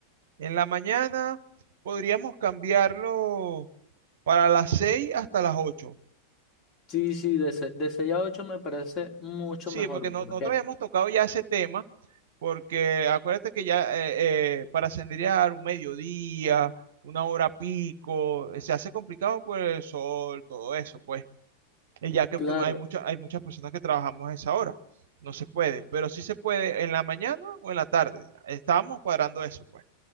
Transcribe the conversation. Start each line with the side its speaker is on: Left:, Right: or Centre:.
Right: En la mañana podríamos cambiarlo para las 6 hasta las 8.
Left: Sí, sí, de, se- de 6 a 8 me parece mucho
Right: Sí,
Left: mejor
Right: porque no-
Left: porque,
Right: nosotros habíamos tocado ya ese tema, porque acuérdate que ya eh, eh, para senderear un mediodía, una hora pico, eh, se hace complicado por el sol, todo eso, pues. Y ya que
Left: claro,
Right: tú- hay mucha- hay muchas personas que trabajamos a esa hora. No se puede, pero sí se puede en la mañana o en la tarde. Estábamos cuadrando eso, pues.